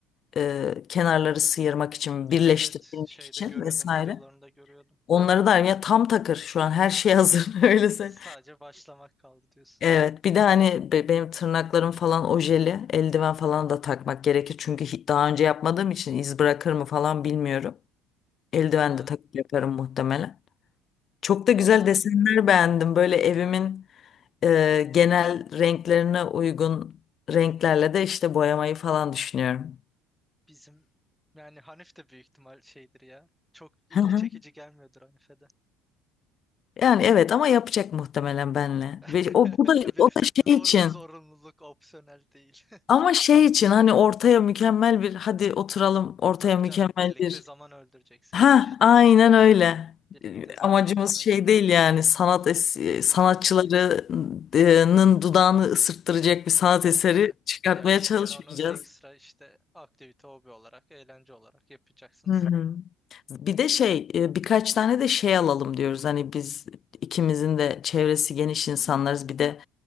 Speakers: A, on the left (about 45°); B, in the centre.
A: e, kenarları sıyırmak için birleştirmek
B: Evet evet şeyde
A: için
B: görüyordum
A: vesaire.
B: videolarında görüyordum.
A: Onları da ya tam takır şu an her şey hazır <laughs> öylese.
B: Sadece başlamak kaldı diyorsun.
A: Evet, bir de hani be- benim tırnaklarım falan ojeli, eldiven falan da takmak gerekir. Çünkü hi- daha önce yapmadığım için iz bırakır mı falan bilmiyorum. Eldiven
B: Ha.
A: de takıp yaparım muhtemelen. Çok da
B: Allah
A: güzel desenler beğendim. Böyle evimin e, genel renklerine uygun renklerle de işte boyamayı falan düşünüyorum.
B: bizim yani Hanif de büyük ihtimal şeydir ya. Çok ilgi
A: Hı hı.
B: çekici gelmiyordur Hanif'e de.
A: Yani evet ama yapacak muhtemelen benle.
B: <laughs>
A: Ve o bu da
B: Bir
A: o da şey
B: zor
A: için
B: zorunluluk opsiyonel değil.
A: ama şey için hani ortaya mükemmel bir hadi oturalım ortaya
B: Tabii
A: mükemmel
B: canım birlikte
A: bir
B: zaman öldüreceksiniz
A: Ha,
B: işte.
A: aynen öyle.
B: Birlikte
A: E,
B: zaman
A: Amacımız
B: geçirmece.
A: şey değil yani sanat es- sanatçılarının
B: Ya,
A: dudağını ısırttıracak bir sanat
B: tabii
A: eseri
B: tabii.
A: çıkartmaya
B: Ya bildiğin
A: çalışmayacağız.
B: onu ekstra işte aktivite, hobi olarak, eğlence olarak yapacaksınız.
A: Hı hı. Bir de şey e, birkaç tane de şey alalım diyoruz. Hani biz ikimizin de çevresi geniş insanlarız. Bir de